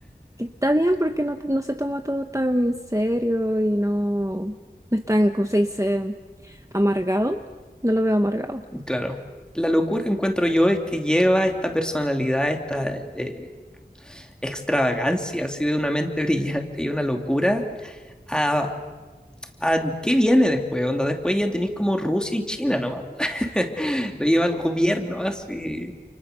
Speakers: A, on the right (about 20°); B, in the centre.
A: Que está bien porque no, no se toma todo tan en serio y no, no es tan, como se dice, amargado. No lo veo amargado.
B: claro. La locura encuentro yo es que lleva esta personalidad, esta eh, extravagancia así de una mente <laughs> brillante y una locura a, a qué viene después, onda. Después ya tenéis como Rusia y China nomás. <laughs> Lo lleva el gobierno así.